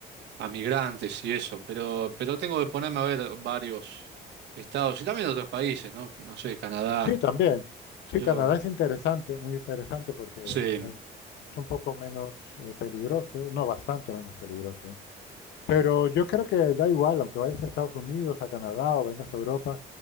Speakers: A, on the right; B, on the left.
A: a migrantes y eso, pero, pero tengo que ponerme a ver varios estados y también otros países, ¿no? No sé, Canadá,
B: Sí, también. Sí,
A: yo,
B: Canadá es interesante, muy interesante porque
A: sí,
B: eh, es un poco menos eh, peligroso, no, bastante menos peligroso, ¿eh? Pero yo creo que da igual, aunque vayas a Estados Unidos, a Canadá o vengas a Europa,